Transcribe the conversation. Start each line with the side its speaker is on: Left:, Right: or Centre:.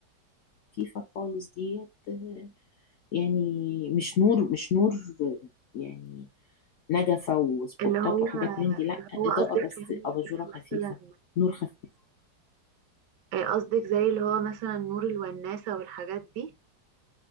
Left: الخفيفة خالص ديت آه، يعني مش نور مش نور آه، يعني نجفة وسبوتات
Right: اللي هو
Left: وحاجات من دي لا
Right: اللي هو
Left: إضاءة
Right: قصدك
Left: بس
Right: يعني
Left: أباجورة
Right: زي
Left: خفيفة
Right: مثلا
Left: نور خفيف
Right: آه، قصدك زي اللي هو مثلا نور الوناسه والحاجات دي